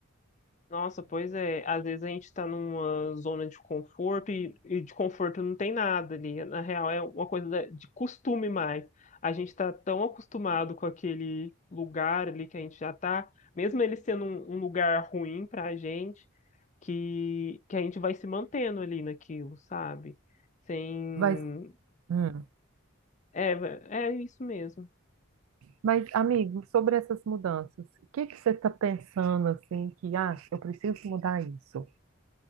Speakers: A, on the left; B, on the right.
A: Nossa, pois é. Às vezes a gente está numa zona de conforto e, e de conforto não tem nada ali. Na real, é uma coisa da- de costume mais. A gente está tão acostumado com aquele lugar ali que a gente já está, mesmo ele sendo um, um lugar ruim para a gente, que, que a gente vai se mantendo ali naquilo, sabe? Sem.
B: Mas, hum,
A: É, é isso mesmo.
B: mas amigo, sobre essas mudanças, o que que você está pensando assim que, ah, eu preciso mudar isso?